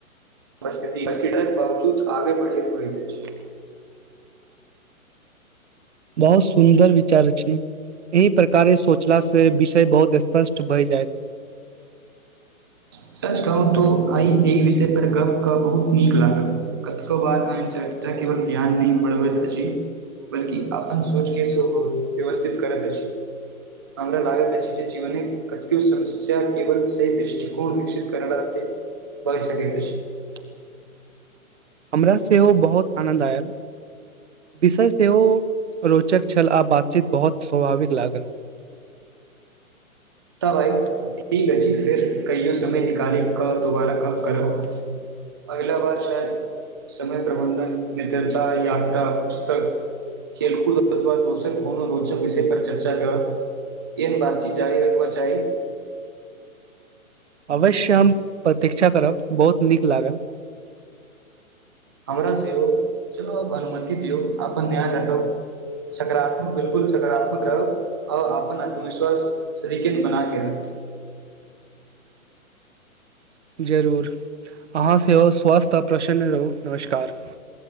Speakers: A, on the right (about 15°); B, on the right (about 50°).
A: उपस्थिति बकीडरक बावजूद आगे बढ़ै होइत छै
B: बहुत सुन्दर विचार छी एहि प्रकारे सोचला से विषय बहुत स्पष्ट भय जाइत छै
A: सच कहू तो आइ एहि विषय पर गप क बहुत नीक लागल कतो बारन चर्चा केवल ध्यान नहि बढ़बैत अछि बल्कि अपन सोच के सेहो व्यवस्थित करैत अछि हमरा लागैत अछि जे जीवन कतो समस्या केवल सही दृष्टि गुण विकसित करनाे बगै सक क छै
B: हमरा सेहो बहुत आनन्द आयल विषय सेहो रोचक छल आ बातचीत बहुत स्वाभाविक लागल
A: त भइ ठीक है जी फेर कहियो समय निकाली क दुोबारा कब करब अगिला बार शायद समय प्रबंधन मित्रता यात्रा पुस्तक खेलकूद अथ दोसर कोनो रोचक विषय पर चर्चा करब एन बातचीत जी र चाही
B: अवश्य हम प्रतीक्षा करब बहुत नीक लागल
A: हमरँ चलू अब अनुमति दियौ अपन ध्यान रखब सकारात्मक बिलकुल सकारात्मक रहब आ अपन आत्मविश्वास सदिकन बनााके रहब
B: जरूर अहाँ सेहो स्वस्थ आ प्रसन्न रहू नमस्कार